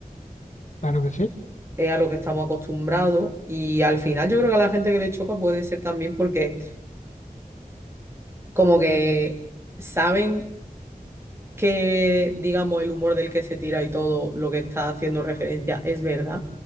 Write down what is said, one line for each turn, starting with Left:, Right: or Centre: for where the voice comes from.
Left: claro que sí.
Right: es a lo que estamos acostumbrados. Y al final yo creo que a la gente que le choca puede ser también porque, como que saben que, digamos, el humor del que se tira y todo lo que está haciendo referencia es verdad